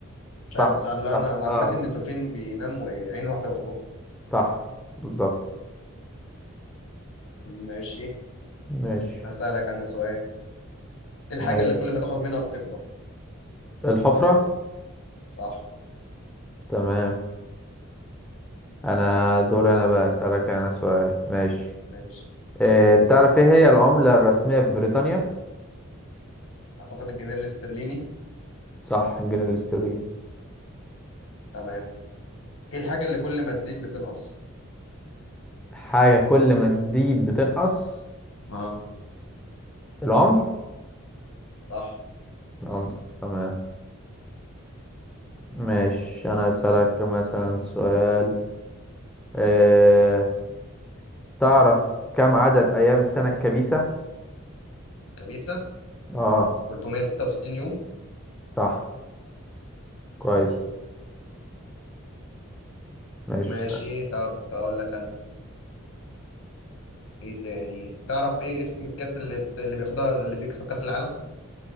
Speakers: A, on the left; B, in the centre.
A: مش
B: صح
A: عارف بس اللي
B: صح
A: انا معلوماتي
B: اه
A: ان الدولفين بينام وعين واحده مفتوحه
B: صح بالظبط
A: ماشي
B: ماشي
A: هسألك انا سؤال ايه الحاجه
B: ماشي
A: اللي كل ما تاخد منها بتكبر
B: الحفره
A: صح
B: تمام انا دور انا بقى اسالك انا سؤال ماشي
A: ماشي
B: آه تعرف ايه هي العمله الرسميه في بريطانيا
A: اعتقد الجنيه الاسترليني
B: صح جنيه الاسترليني
A: تمام ايه الحاجه اللي كل ما تزيد بتنقص
B: حاجة كل ما تزيد بتنقص
A: اه
B: العمر
A: صح
B: العمر تمام ماشي أنا أسألك مثلا سؤال أه... تعرف كم عدد أيام السنة الكبيسة؟
A: كبيسه
B: اه
A: 366 يوم
B: صح كويس
A: تمام
B: ماشي
A: ماشي طب اقول لك انا ايه تاني تعرف ايه اسم الكاس اللي بت... اللي بياخدها اللي بيكسب كاس العالم